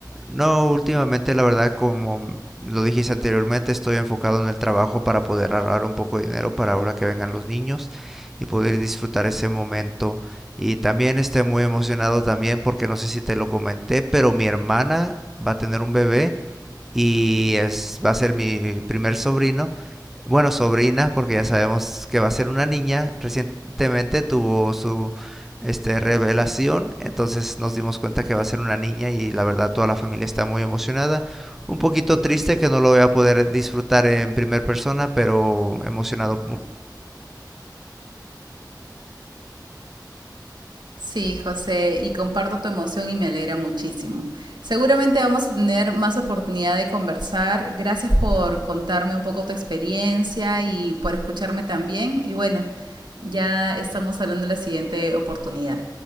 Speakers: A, in the centre; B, on the right.
A: no últimamente, la verdad, como lo dijiste anteriormente, estoy enfocado en el trabajo para poder ahorrar un poco de dinero para ahora que vengan los niños y poder disfrutar ese momento. Y también estoy muy emocionado también porque no sé si te lo comenté, pero mi hermana va a tener un bebé y es, va a ser mi primer sobrino. Bueno, sobrina, porque ya sabemos que va a ser una niña. Recientemente tuvo su este, revelación, entonces nos dimos cuenta que va a ser una niña y la verdad toda la familia está muy emocionada. Un poquito triste que no lo voy a poder disfrutar en primera persona, pero emocionado
B: Sí, José, y comparto tu emoción y me alegra muchísimo. Seguramente vamos a tener más oportunidad de conversar. Gracias por contarme un poco tu experiencia y por escucharme también. Y bueno, ya estamos hablando de la siguiente oportunidad.